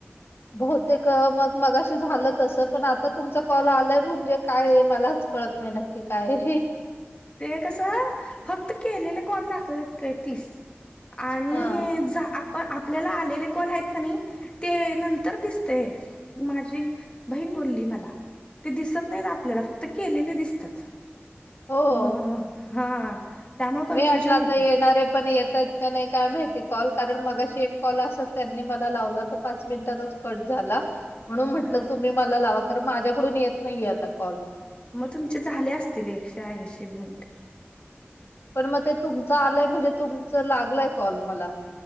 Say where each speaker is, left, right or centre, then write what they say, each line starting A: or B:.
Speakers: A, on the left; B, on the left.
A: बहुतेक मग, मघाशी झालं तसं. पण आत आता तुमचा कॉल आलायं म्हणजे काय? मलाच कळत नाही, नक्की काय.
B: ते कसं, फक्त केलेले कॉल दाखवतेत का तीस. आणि
A: हा
B: झा... आप पण आपल्याला आलेले कॉल आहेत का नाही, ते नंतर दिसते. माझी बहीण बोलली मला. ते दिसत नाहीत आपल्याला, फक्त केलेले दिसतात.
A: हो
B: म्ह.. हा. त्यामुळे कन्फ्युजन
A: मी म्हटलं आता
B: होते
A: येणारे पण येतात. का नाही काय माहिती कॉल, कारण मगाशी एक कॉल असत त्यांनी मला लावला तो पाच मिनिटातच कट झाला. म्हणून म्हटलं
B: हा
A: तुम्ही मला लावा, कारण माझ्याकडून येत नाहीये आता कॉल.
B: मग तुमचे झाले असतील एकशे ऐंशी मिनीट.
A: पण मग ते तुमचं आलंय म्हणजे, तुमचं लागलय कॉल मला.